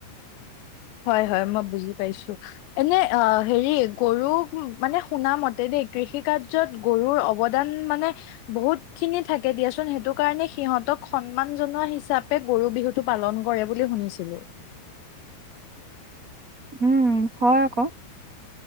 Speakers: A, on the left; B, on the right.
A: হয়, হয়। মই বুজি পাইছোঁ। এনে অ হেৰি, গৰু উ মানে শুনা মতে দেই। কৃষি-কাৰ্য্যত গৰুৰ অৱদান মানে বহুত খিনি থাকে দিয়াচোন। সেইটো কাৰণে সিহঁতক সন্মান জনোৱা হিচাপে গৰু বিহু টো পালন কৰে বুলি শুনিছিলো।
B: <inaudible> উম, হয় আক'।